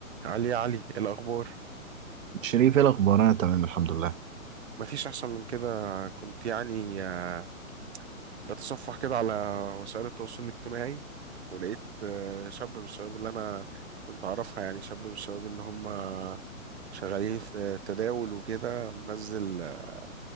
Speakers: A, on the right; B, on the right.
A: علي يا علي إيه الأخبار
B: شريف ايه الاخبار انا تمام الحمد لله
A: مفيش أحسن من كده كنت يعني آه، بتصفح كده على وسائل التواصل الاجتماعي ولقيت آه، شاب من الشباب اللي أنا كنت أعرفها يعني شاب من الشباب اللي هم شغالين في التداول وكده منزل آه،